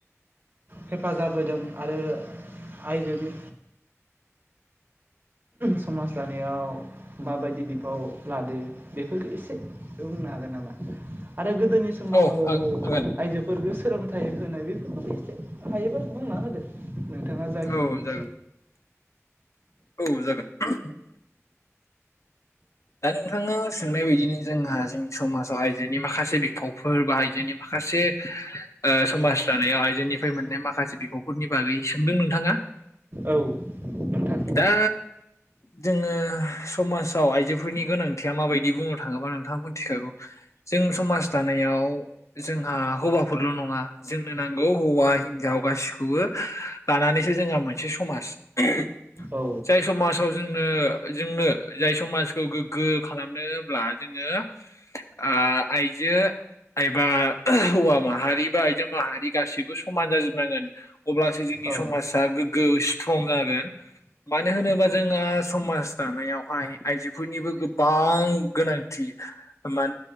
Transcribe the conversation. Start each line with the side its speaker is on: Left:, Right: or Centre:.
Right: हेफाजाब होदों आरो आइजोनि समाज दानायाव माबायदि बिफाव लादो बेफोरखो एसे बुंनो हागोन नामा? आरो गोदोनि समाव
Left: औ हागोन
Right: आइजोफोरखो सोलों थाइ होनाय बेफोरखौबो एसे हायोबा बुंना होदो । नोंथाङा जाखिनि
Left: औ
Right: मिथियो
Left: जागोन
Right: ।
Left: औ जागोन दा नोंथाङा सोंनाय बायदिनो जोंहा जोंनि समाजाव आइजोनि माखासे बिफावफोर बा आइजोनि माखासे ओ समाज दानायाव आइजोनिफ्राय मोननाय माखासे बिफावफोरनि बागै सोंदों नोंथाङा ।
Right: औ नोंथां
Left: दा जोङो समाजाव आइजो फोरनि गोनांथिया माबायदि बुंनो थाङोबा नोंथाङा मोनथिखागौ जों समाज दानायाव जोंहा हौवाफोरल' नङा जोंनो नांगौ हौवा हिनजाव गासिखौबो लानानैसो जोंहा मोनसे समाज ।
Right: औ
Left: जाय समाजाव जोंनो जोंनो जाय समाज खौ गोग्गो खालामनोब्ला जोङो ओ आइजो एबा हौवा माहारि बा आइजो माहारि गासिबो समान जाजोबनांगोन अब्लासो जोंनि
Right: औ
Left: समाजा गोग्गो स्ट्रं जागोन मानो होनोबा जोंहा समाज दानायावहाय आइजो फोरनिबो गोबां गोनांथि मा